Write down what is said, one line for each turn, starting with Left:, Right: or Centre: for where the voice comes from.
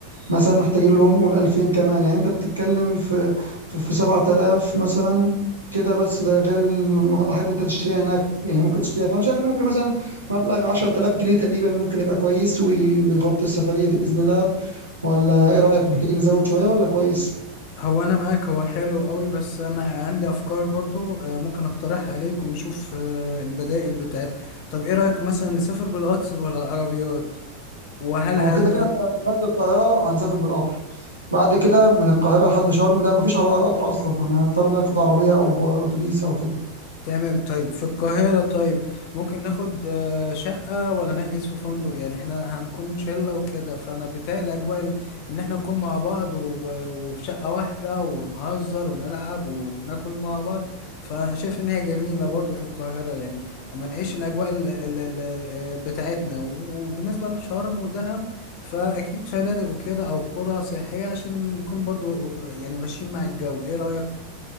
Right: مثلا محتاجين لهم قول 2000 كمان يعني انت بتتكلم في في في 7000 مثلا كده بس ده غير الم- الحاجات اللي انت تشتريها هناك يعني ممكن تشتريها فانا شايف ان ممكن مثلا مبلغ 10000 جنيه تقريبا ممكن يبقى كويس وي- ويغطي السفريه دي باذن الله ولا ايه رايك محتاجين نزود شويه ولا كويس
Left: هو انا معاك هو حلو قوي بس انا عندي افكار برضو آه، ممكن اقترحها عليك ونشوف آه، البدائل بتاعتها طب ايه رايك مثلا نسافر بالقطر ولا العربيات وهل
Right: هو
Left: هيبقى
Right: كده كده إحنا لو خدت القاهرة هنسافر بالقطر بعد كده من القاهرة لحد شرم ده مفيش قطر أصلا فاحنا هنضطر ناخد عربية أو ب- أتوبيس أو كده
Left: تمام طيب في القاهرة طيب ممكن ناخد آه، شقة ولا نحجز في فندق يعني احنا هنكون شلة وكده فأنا بيتهيألي أجواء ال- إن احنا نكون مع بعض و- وفي شقة واحدة ونهزر ونلعب وناكل مع بعض فأنا شايف إن هي جميلة برضو في القاهرة يعني أما نعيش الأجواء ال- ال- ال- آه، بتاعتنا و- وبالنسبة لشرم ودهب فأكيد فنادق وكده أو قرى سياحية عشان نكون برضو آه، يعني ماشيين مع الجو إيه رأيك؟